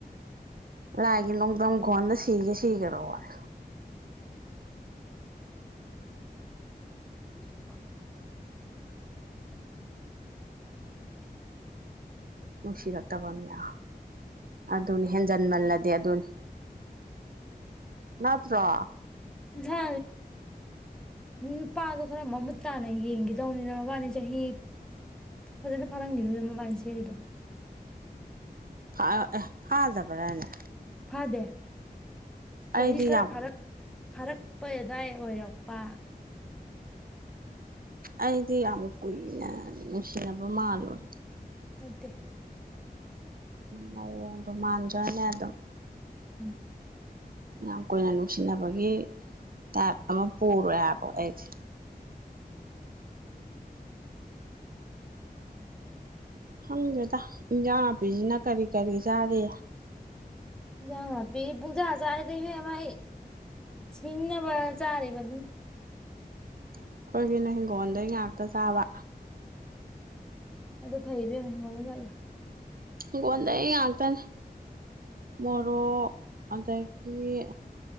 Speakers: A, on the right (about 60°); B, in the centre.
A: ꯂꯥꯏꯒꯤ ꯅꯨꯡꯊꯪꯈꯣꯟꯗ ꯁꯤꯒꯦ ꯁꯤꯈꯔꯣꯅꯦ
B: <unintelligible>
A: ꯅꯨꯡꯁꯤꯔꯛꯇꯕ ꯃꯤꯅ ꯑꯗꯨꯅꯤ ꯍꯦꯟꯖꯟꯃꯜꯂꯗꯤ ꯑꯗꯨꯅꯤ ꯉꯠꯇ꯭ꯔꯣ
B: ꯃꯁꯥ ꯅꯨꯄꯥꯗꯣ ꯈꯔ ꯃꯃꯨꯠ ꯇꯥꯅ ꯌꯦꯡꯈꯤꯗꯧꯅꯤꯅ ꯃꯕꯥꯅꯤ ꯆꯍꯤ ꯐꯖꯅ ꯐꯥꯔꯝꯈꯤꯔꯣꯏꯗ ꯃꯕꯥꯏꯜꯁꯦꯔꯤꯗꯣ
A: ꯑꯦ ꯐꯥꯗꯕꯔꯅ
B: ꯐꯥꯗꯦ ꯆꯍꯤꯔꯤ
A: ꯑꯩꯗꯤ
B: ꯈꯔ
A: ꯌꯥꯝ
B: ꯐꯥꯔꯛ ꯐꯥꯔꯛꯄ ꯑꯗꯨꯗꯥꯋꯥꯏ ꯑꯣꯏꯔꯛꯄ
A: ꯑꯩꯗꯤ ꯑꯃꯨꯛ ꯀꯨꯏꯅꯦ ꯅꯨꯡꯁꯤꯅꯕ ꯃꯥꯜꯂꯨꯔꯦ
B: ꯅꯠꯇꯦ
A: ꯃꯑꯣ ꯔꯣꯃꯥꯟꯗ꯭ꯔꯅꯦ ꯑ ꯑꯗꯨꯝ
B: ꯎꯝ
A: ꯌꯥꯝ ꯀꯨꯏꯅ ꯅꯨꯡꯁꯤꯅꯕꯒꯤ ꯇꯥꯏꯞ ꯑꯃ ꯄꯨꯔꯨꯔꯦ ꯍꯥꯏꯕꯀ ꯑꯩꯁꯦ ꯍꯪꯒꯦꯗ ꯏꯟꯖꯥꯡ ꯅꯥꯄꯤꯁꯤꯅ ꯀꯔꯤ ꯀꯔꯤ ꯆꯥꯔꯤ
B: ꯌꯥ ꯐ ꯄꯖꯥꯖꯔꯗꯥꯏ ꯁꯤꯡꯅꯕ ꯆꯥꯔꯦꯕ ꯑꯗꯨ
A: ꯑꯩꯈꯣꯏꯒꯤꯅ ꯍꯤꯡꯒꯣꯜꯗꯩ ꯉꯥꯛꯇ ꯆꯥꯕ
B: ꯑꯗꯨꯗꯣ ꯐꯩꯕ ꯃꯒꯣꯅꯤꯗ
A: ꯪꯉꯣꯟꯗꯩ ꯉꯥꯛꯇꯅꯦ ꯃꯣꯔꯣꯛ
B: ꯎꯝ
A: ꯑꯗꯒꯤ